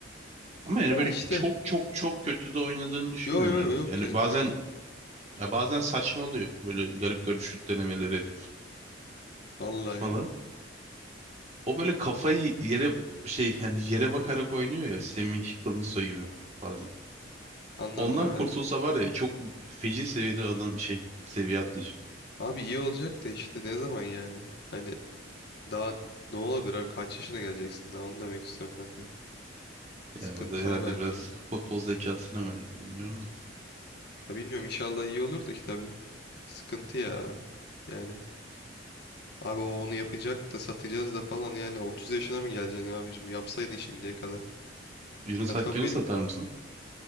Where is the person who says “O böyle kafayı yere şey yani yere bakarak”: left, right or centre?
Right